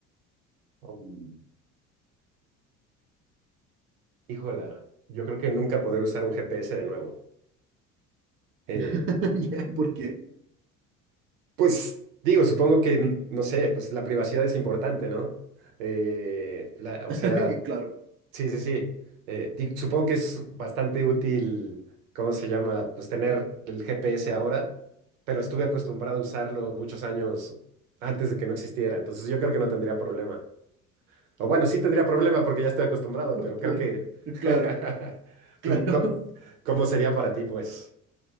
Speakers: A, on the right (about 70°); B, on the right (about 30°).
A: Um, híjola, yo creo que nunca poder usar un GPS de nuevo. Eh,
B: <laughs> Ya, ¿Por qué?
A: pues, digo, supongo que, no sé, pues la privacidad es importante, ¿no? Eh, la- o
B: <laughs>
A: sea,
B: Claro,
A: Sí, sí, sí. Eh, di- supongo que es bastante útil, ¿cómo se llama? Pues tener el GPS ahora, pero estuve acostumbrado a usarlo muchos años antes de que no existiera, entonces yo creo que no tendría problema. O bueno, sí tendría problema porque ya estoy acostumbrado, pero
B: por-
A: creo que... <laughs>
B: claro, claro.
A: ¿Tú, co- cómo sería para ti, pues?